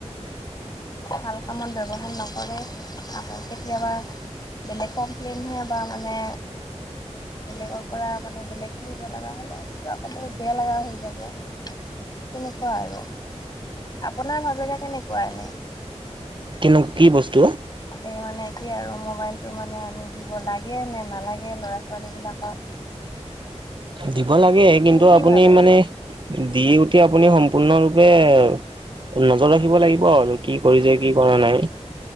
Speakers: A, on the left; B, on the right.
A: ভাল কামত ব্যৱহাৰ নকৰে আকৌ কেতিয়াবা। বেলেগ কমপ্লেইনহে বা মানে। বেলেগৰ পৰা মানে বেলেগ শুনিব লগা হ'লে সেইটো আকৌ বহুত বেয়া লগা হৈ যাব। তেনেকুৱা আৰু আপোনাৰ ভাবেৰে কেনেকুৱা এনে।
B: কিনো কি বস্তু?
A: এই মানে কি আৰু মোবাইলটো মানে আমি দিব লাগে নে নালাগে ল'ৰা-ছোৱালী বিলাকক।
B: দিব লাগে কিন্তু
A: কি
B: আপুনি
A: ভাবে?
B: মানে দি উঠি আপুনি সম্পূৰ্ণ পূৰ্ণৰূপে নজৰ ৰাখিব লাগিব আৰু কি কৰিছে কি কৰা নাই।